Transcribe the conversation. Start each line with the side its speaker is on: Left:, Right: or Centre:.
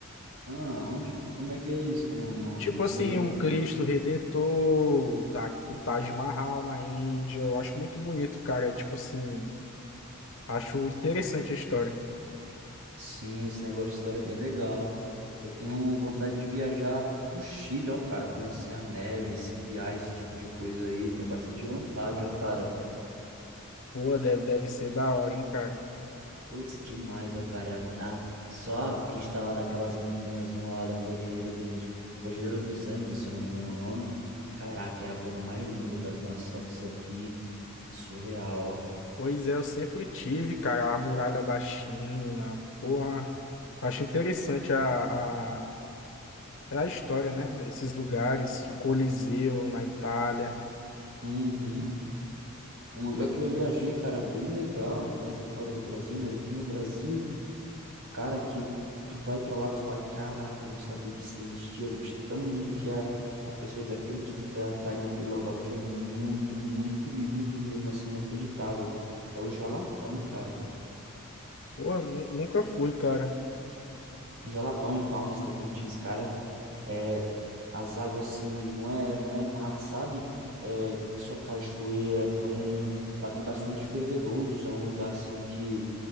Right: Ah, onde. Como é que é isso? Que eu não, não,
Left: Tipo
Right: não
Left: assim,
Right: sei bem.
Left: o Cristo Redentor, o, Ta- o Taj Mahal na Índia, eu acho muito bonito, cara. É tipo assim, acho interessante a história.
Right: Sim, esse negócio de história é bem legal. Eu tenho vontade de viajar pro Chile, ó, cara, conhecer a neve, esquiar, esse tipo de coisa aí. Tenho bastante vontade, ó, cara.
Left: Pô, deve, deve ser da hora, hein, cara.
Right: Putz, demais, ó, cara. Ah, só a vista lá daquelas montanhas, zona lá da Cordilheira dos, Cordilheira dos Andes, se eu não me engano é o nome. Caraca, é a coisa mais linda, cara. Ver umas fotos aqui. Surreal, ó.
Left: Pois é, eu sempre tive, cara, a muralha da China. Porra, acho interessante a, a, é a história, né? Esses lugares, o Coliseu na Itália.
Right: Uhum. Um lugar que eu viajei, cara, bem legal. Não foi fora do Brasil, mas aqui no Brasil. Cara, que tu vai pra lá, tu fala, caraca, eu não sabia que isso existia, de tão lindo que a, a pessoa desacredita que tá, tá ali naquele lugar, porque é muito, muito lindo mesmo assim, inacreditável. É o Jalapão, cara.
Left: Porra, nu- nunca fui, cara.
Right: Jalapão em Palmas, Tocantins, cara, é as águas assim, não é, não é mar, sabe? É só cachoeira, banho. Lá tem bastante fervedouros, é um lugar assim que